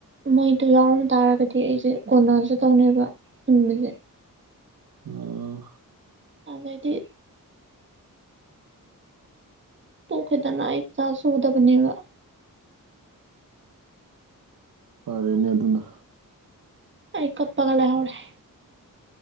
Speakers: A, on the right; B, on the right.
A: ꯃꯣꯏꯗꯣ ꯌꯥꯎꯔꯝ ꯇꯥꯔꯒꯗꯤ ꯑꯩꯁꯦ ꯀꯣꯟꯅꯖ ꯇꯧꯅꯦꯕ ꯎꯕꯖ
B: ꯑꯥ
A: ꯑꯗꯩꯗꯤ ꯇꯣꯛꯀꯦꯗꯅ ꯑꯩ ꯄꯩꯁꯥ ꯁꯨꯗꯕꯅꯦꯕ
B: ꯐꯔꯦꯅꯦ ꯑꯗꯨꯅ
A: ꯑꯩ ꯀꯞꯄꯒ ꯂꯩꯍꯧꯔꯦ